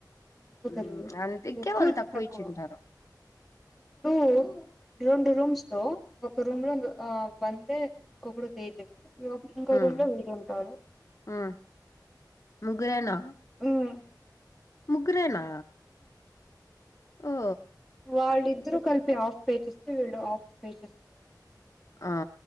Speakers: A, in the centre; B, on the left.
A: ఎందుకు
B: హ్మ్.
A: తెలిదు
B: అందుకే
A: ఎక్కువ
B: వాళ్ళు
A: తక్కువ
B: ఇచ్చింటారు.
A: ఇప్పుడు రెండు రూమ్స్ లో ఒక రూమ్ లో లో ఆ వందే ఇంకొకడు తేజస్సు ఇంకో
B: హ్మ్.
A: రూమ్ లో వీడు ఉంటాడు
B: హ్మ్. ముగ్గురేనా
A: మ్మ్
B: ముగ్గురేనా ఓ
A: వాళ్ళిద్దరు కలిపి ఆఫ్ పే చేస్తే వీడు ఆఫ్ పే చేసుకుంటాడు అనుకుంటా
B: ఆ